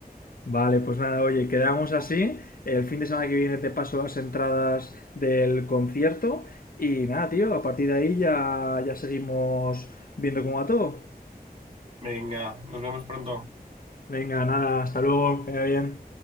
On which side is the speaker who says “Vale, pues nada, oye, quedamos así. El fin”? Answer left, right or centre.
Left